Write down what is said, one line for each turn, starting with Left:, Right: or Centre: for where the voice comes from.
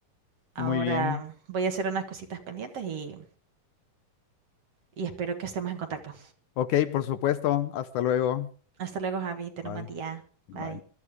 Right: Ahora
Left: muy bien.
Right: voy a hacer unas cositas pendientes y, y espero que estemos en contacto.
Left: Ok, por supuesto. Hasta luego.
Right: Hasta luego, Javi, ten
Left: Bye.
Right: un buen día.
Left: Bye.
Right: Bye.